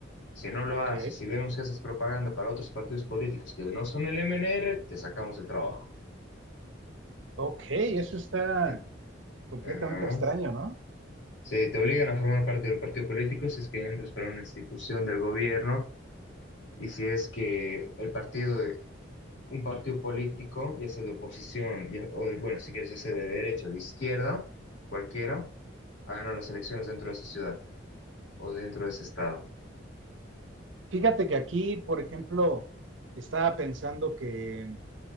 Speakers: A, on the left; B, on the right.
A: Si no lo
B: Ok,
A: haces, si vemos que haces propaganda para otros partidos políticos que no son el MNR, te sacamos del trabajo.
B: ok,
A: Entonces,
B: eso está
A: en-
B: completamente
A: ajá.
B: extraño, ¿no?
A: Sí, te obligan a formar parte de un partido político si es que entras para una institución del gobierno y si es que el partido un partido político, ya sea de oposición, ya- o de- bueno, si quieres, ya sea de derecha o de izquierda, cualquiera, hagan las elecciones dentro de esa ciudad o dentro de ese estado.
B: Fíjate que aquí, por ejemplo, estaba pensando que